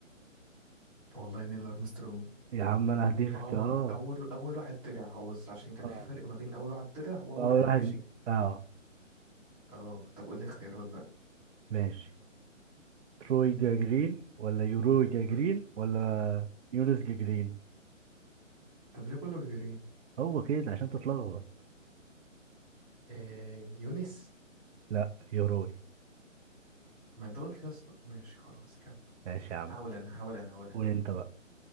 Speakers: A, in the centre; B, on the right.
A: والله نيل أرمسترونج
B: يا عم انا هديك اختيارات
A: اه اول اول واحد طلع هو بس عشان كان
B: اه
A: في فرق ما بين اول واحد طلع واول
B: اول
A: واحد
B: واحد
A: مشي
B: اه
A: اه طب قول لي اختيارات
B: ماشي تروي جاجرين ولا يوروي جاجرين
A: بقى
B: ولا يونس جاجرين
A: طب ليه كله بيجري
B: هو كده عشان تتلخبط
A: إيه يونس
B: لا يوروي
A: ما انت قلت يا اسطى ماشي خلاص كمل
B: ماشي يا عم
A: هقول انا هقول انا هقول انا
B: قول انت بقى